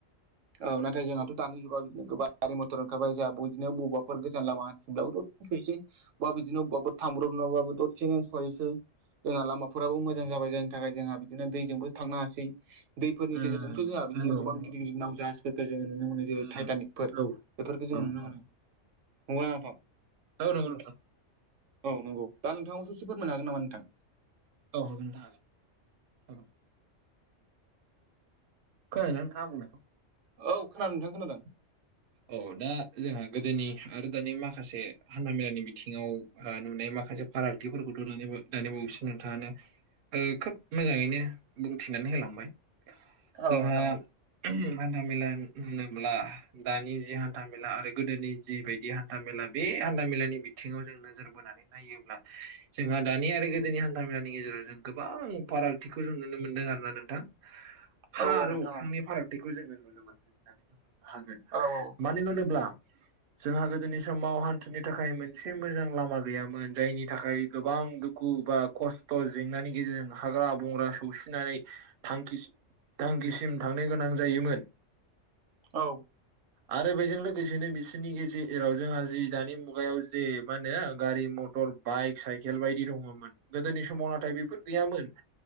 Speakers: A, on the right (about 80°); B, on the right (about 55°).
A: औ नाथाय जोंहाथ' दानि जुगाव बिदिनो गोबां गारि मटर ओंखारबाय जहा ब बिनो बबाफोर गोजान लामा हान्थिनब्लाबोथ' थैसै बा बिदिनो अबेआवबो थांब्रबनोबाबो सहैसो जोंना लामा फोरराबो मोजां जाबाय जायनि थाखाय जोंहा बिदिनो दैजोंबो थांनो हासै दैफोरनि
B: उम
A: गेजेरजोंथ' जोंहा बिदिनो
B: नंगौ
A: गोबां
B: नंगौ
A: गिदिर गिदिर नाव जाहाजफोरखौ जो नुनो मोनो जरै
B: उम
A: टाइटानिकफोर
B: औ
A: बेफोरखौ
B: औ
A: जों नुनो
B: औ
A: मोनो नंगौना नोंथां
B: औ नंगौ
A: औ नंगौ दा नोंथाङाव ससे फोरमनो हागोन नामा नोंथां।
B: औ होगोन दा हागोन हागोन खोनादोंना नोंथां आं बुंनायखौ
A: औ खोनादों नोंथां खोनादों
B: औ दा जोंहा गोदोनि आरो दानि माखासे हान् मेलानि बिथिङाव नुनाय माखासे फारागथिफोरखौथ' दानिबावैसो नोंथाङानो खोब मोजाङैनो बुंथिनानै होलांबाय
A: औ
B: जोंहा
A: नोंथां औ
B: हान्था मेला होनोब्ला दानि जि हान्था मेला आरो गोदोनि जि बायदि हान्था मेला बे हान्था मेलानि बिथिङाव जोंनो नोजोर बोनानै नायोब्ला जोंहा दानि आरो गोदोनि हान्था मेलानि गेजेराव जों गोबां फारागथिखौ जों नुनो मोनदों आरोना नोंथां हा
A: औ औ
B: आरो
A: नोंथां
B: अख्रांनि
A: औ
B: फारागथिखौ जोङो नुनो मोनदों होननानै जों बुंनो हागोन
A: औ औ
B: मानो होनोब्ला जोंहा गोदोनि समाव हान्थुनि थाखाय मोनसे मोजां लामा गैयामोन जायनि थाखाय गोबां दुख खु बा खस्थ' जेंनानि गेजेरजों हाग्रा बंग्रा सौसिनानै थांखिसि थांखिसिम थांनो गोनां जायोमोन
A: औ
B: आरो बेजों लोगोसेनो बिसोरनि गेजेराव जोंहा जि दानि मुगायाव जे मा होनो गारि मट मटर बाइक साइकेल बायदि दङमोन गोदोनि समाव नाथाय बेफोर गैयामोन